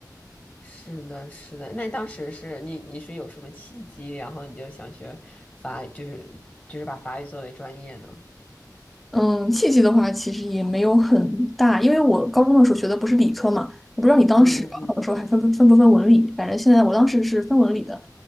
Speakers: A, on the left; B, in the centre.
A: 是的，是的。那当时是你你是有什么契机，然后你就想学法语，就是就是把法语作为专业呢？
B: 嗯，契机的话其实也没有很大，因为我高中的时候学的不是理科嘛，我不知道你当时高考的时候还分不分不分文理，
A: 嗯嗯
B: 反正现在我当时是分文理的，